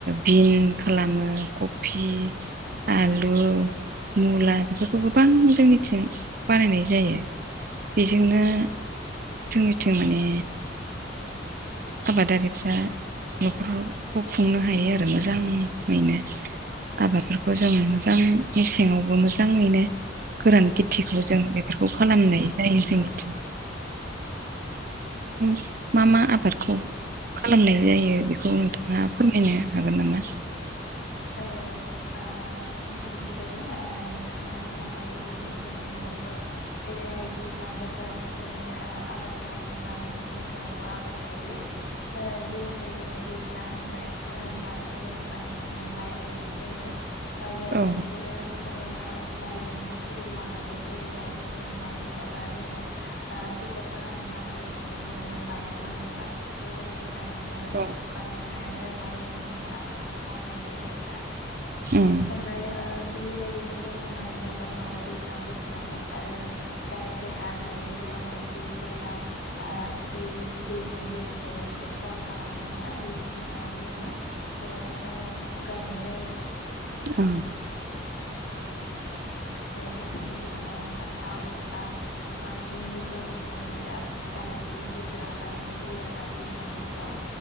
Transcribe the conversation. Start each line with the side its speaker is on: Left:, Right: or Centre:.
Right: बिन खालामो कफि आलु मुला बेफोरखौ गोबां जोंनिथिं बानायनाय जायो बेजोंनो जोंनिथिं माने आबादारिफ्रा न'खरखौ खुंनो हायो आरो मोजांङैनो। आबादफोरखौ जों मोजां मेसेंङावबो मोजांङैनो गोरान खेथिखौ जों बे बेफोरखौ खालामनाय
Left: जोंनिखिजायबो
Right: जायो जोंनिथिं <unintelligible> मा मा आबाद खौ खालामनाय जायो बेखौ नोंथांङा फोरमायनो हागोन नामा?
Left: औ औ आ जोंनि एखि जायबो ओ नोंथांङा होनलांनाय बायदिनो जोंनियावबो जेरैहाय दैज्लां बोथोरावबो जोंनि ओ आबाद थायो बा मेसें बोथोरावबो आबाद थायो। ओ जेरैहाय जोंङो दैज्लां होनबाय होनबाथ' जोंङो बांसिनानो माइ गायनाय जायो। माइ गायनायखो
Right: औ
Left: जोंङो माइ माइजोंनो सोलिलांनांगौ जेरैहाय जोंङो माइ गैयाबा जोंङो ओ फैसा थाखानि आंखालजोंनो जोंङो माइरं बायनोबा खस्थ' जायो होननानै जोंङो
Right: अ औ
Left: बांसिनानो माइ गायनायनि आबादखौ मावनाय जायो आरोना।
Right: उम
Left: ओमफ्राय ओ थिग बेबायदिनो जोंङो माइनि आबाद मावो दैज्लां बोथोरावहाय आरो जा एसे हा थायो जेरावहाय दै जाया ओ दै दैजों जेबो मैगंखौ खहा खालामनो हाया बेखिनि हायाव जोंङो मैगं थाइगं गायनाय जायो आरो।
Right: औ।
Left: मैगं थायो जिंखा फान्थाव लेसा ओमफ्राय भिन्दिफोर बांसिनानो दा दाबायदि बोथोराव गायनाय जायो आरो ना दैज्लां बोथो राव